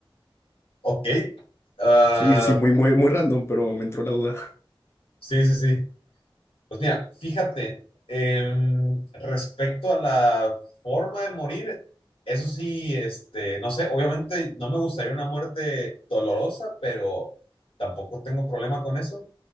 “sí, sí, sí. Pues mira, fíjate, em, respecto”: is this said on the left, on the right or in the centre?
Left